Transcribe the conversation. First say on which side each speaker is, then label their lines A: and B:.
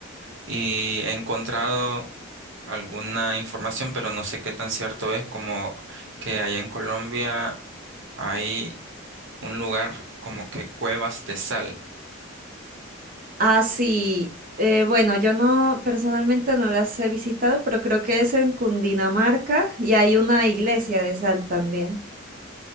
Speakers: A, on the right; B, on the right.
A: y he encontrado alguna información, pero no sé qué tan cierto es como que allá en Colombia. hay un lugar como que cuevas de sal,
B: Ah, sí, eh, bueno, yo no, personalmente no las he visitado, pero creo que es en Cundinamarca y hay una iglesia de sal también.